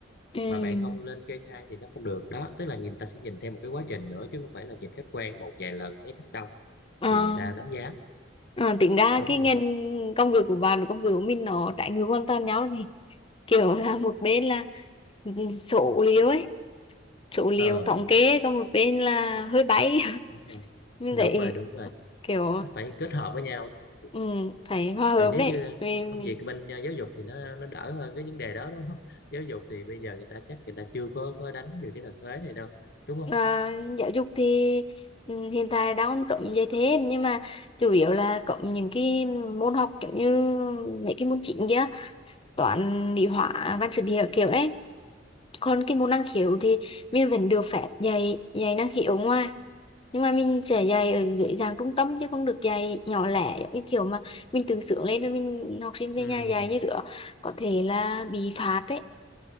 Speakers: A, on the left; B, on the left.
A: ừ.
B: mà bạn không lên kê khai thì nó không được đó tức là người ta sẽ nhìn theo một cái quá trình nữa chứ không phải là nhìn khách quan một vài lần thấy khách đông
A: Ờ,
B: thì người ta đánh giá
A: ờ, tính ra
B: đúng
A: cái
B: rồi
A: ngành công việc của bạn và công việc của mình nó trái ngược hoàn toàn nhau thì kiểu là một bên là số liệu ấy số liệu
B: ờ
A: thống kê còn một bên là hơi bay <laughs>
B: đúng rồi
A: mình
B: đúng
A: thấy
B: rồi đúng rồi
A: kiểu
B: nó phải kết hợp với nhau đó đúng
A: ừ,
B: rồi
A: phải hòa hợp
B: Ờ, nếu
A: đấy
B: như
A: mình,
B: công việc bên ờ, giáo dục thì nó nó đỡ hơn cái vấn đề đó đúng không <laughs> giáo dục thì bây giờ người ta chắc người ta chưa có có đánh về cái thần thuế này đâu đúng không
A: à, giáo dục thì ừ, hiện tại đang cấm dạy thêm nhưng mà chủ yếu là cấm những cái môn học kiểu như mấy cái môn chính kia toán lý hóa văn sử địa kiểu đấy còn cái môn năng khiếu thì mình vẫn được phép dạy dạy năng khiếu ở ngoài nhưng mà mình sẽ dạy ở dưới dạng trung tâm chứ không được dạy nhỏ lẻ giống như kiểu mà mình tự sướng lên rồi mình học sinh về
B: ừ
A: nhà dạy như nữa có thể là bị phạt đấy